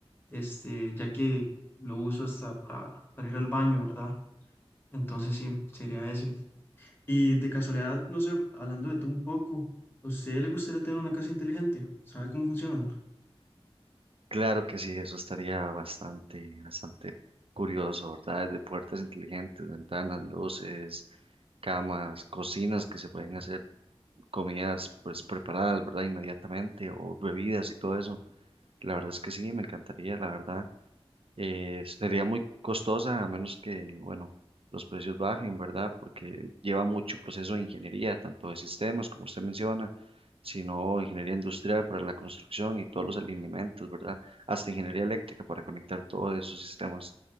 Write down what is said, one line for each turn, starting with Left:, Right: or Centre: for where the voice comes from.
Left: este, ya que lo uso hasta para, para ir al baño, ¿verdad? Entonces sí, sería ese. Y de casualidad, no sé, hablando de tú un poco, ¿a usted le gustaría tener una casa inteligente? ¿Sabe cómo funcionan?
Right: Claro que sí, eso estaría bastante, bastante curioso, ¿verdad? De puertas inteligentes, ventanas, luces, camas, cocinas que se pueden hacer comidas pues preparadas, ¿verdad? Inmediatamente o bebidas y todo eso. La verdad es que sí, me encantaría, la verdad. Eh, sería muy costosa a menos que, bueno, los precios bajen, ¿verdad? Porque lleva mucho proceso de ingeniería, tanto de sistemas, como usted menciona, sino ingeniería industrial para la construcción y todos los alineamientos, ¿verdad? Hasta ingeniería eléctrica para conectar todos esos sistemas.